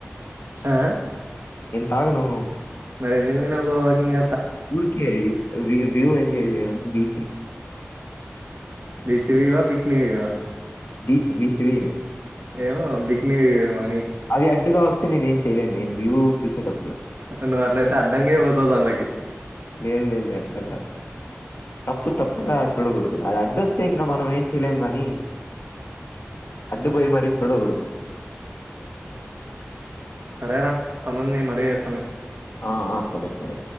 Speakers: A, on the right; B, on the left.
A: హా
B: తాగను.
A: మరి ఎందుకు పోయినా వాకింగ్
B: ఉడికే వ్యూ ఎజయ్ చేయడం బి
A: బీచ్వి వా పక్నివా
B: బీష్ వి
A: ఏవ బక్ని మ
B: అవి అడ్డుగా వస్తయి నేనుయలేను నేను వ్యూ చూసేటప్పుడు
A: రన్ని అట్ల అయితే అడ్డంగా అయి పోతాందిళ్లకి
B: లేదు లే లే అట్లాదు తప్పు తప్పుడా చూడకడు అది అడ్డొస్తే ఇంకా మనం ఏం చేయలేం గాని అడ్డు పోయి మరి చొడబడదుదు
A: సరేరా పనుంది మరీ చేస్తాను
B: ఆ సరే సరే